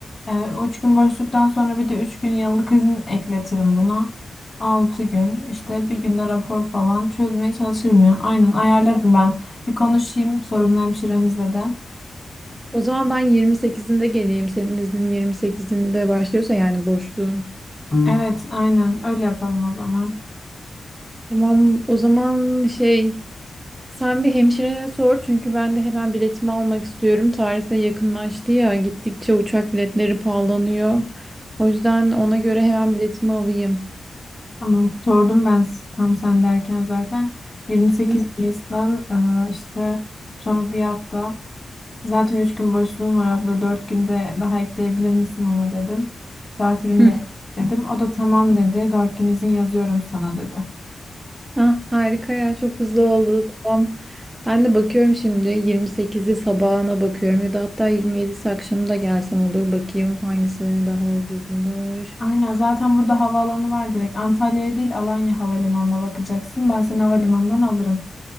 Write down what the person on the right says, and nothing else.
O zaman ben 28'inde geleyim. Senin iznin 28'inde başlıyorsa yani boşluğun.
Tamam o zaman şey sen bir hemşirene sor çünkü ben de hemen biletimi almak istiyorum. Tarih de yakınlaştı ya gittikçe uçak biletleri pahalanıyor. O yüzden ona göre hemen biletimi alayım.
<laughs> Hı.
Hı.
Ah, harika ya çok hızlı oldu tamam. Ben de bakıyorum şimdi 28'i sabahına bakıyorum ya da hatta 27'si akşamı da gelsem olur bakayım hangisi daha ucuzmuş.